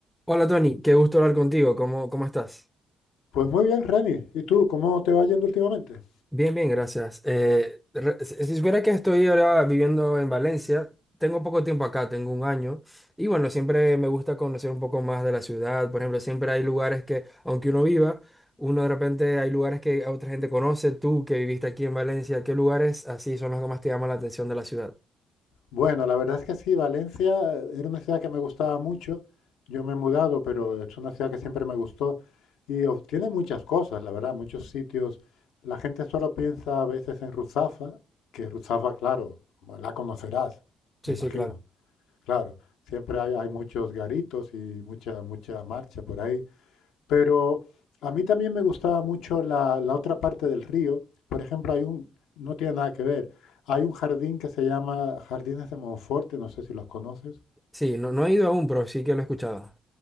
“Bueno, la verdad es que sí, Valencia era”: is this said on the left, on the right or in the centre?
Left